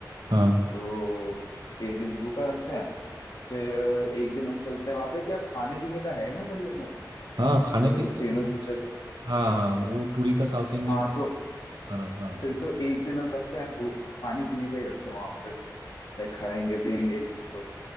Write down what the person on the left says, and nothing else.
तो एक दिन जू का रखते हैं फिर एक दिन हम चलते हैं वहां पे क्या खाने पीने का है ना बढ़िया सा
लाइक
जो फेमस
डिशेस
हाँ तो
फिर तो एक दिन हम रखते हैं घू- खाने पीने का ही रखते हैं वहां पे लाइक खाएंगे पियेंगे एक दिन तो